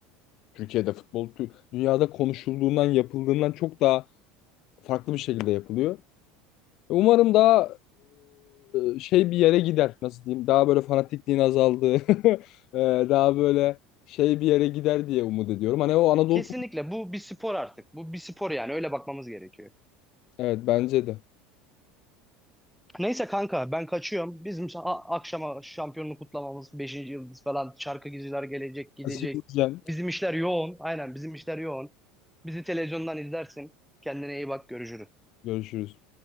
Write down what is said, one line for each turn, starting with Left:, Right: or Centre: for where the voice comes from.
Left: Türkiye'de futbol tü- dünyada konuşulduğundan yapıldığından çok daha farklı bir şekilde yapılıyor. Umarım daha e, şey bir yere gider nasıl diyeyim daha böyle fanatikliğin azaldığı <laughs> e, daha böyle şey bir yere gider diye umut ediyorum. Hani o Anadolu
Centre: Kesinlikle bu bir spor artık. Bu bir spor yani öyle bakmamız gerekiyor.
Left: Evet bence de.
Centre: Neyse kanka ben kaçıyorum. Bizim a- akşama şampiyonluğu kutlamamız beşinci yıldız falan şarkıcılar gelecek gidecek.
Left: Kaçırırken
Centre: Bizim işler yoğun. Aynen bizim işler yoğun. Bizi televizyondan izlersin. Kendine iyi bak görüşürüz.
Left: görüşürüz.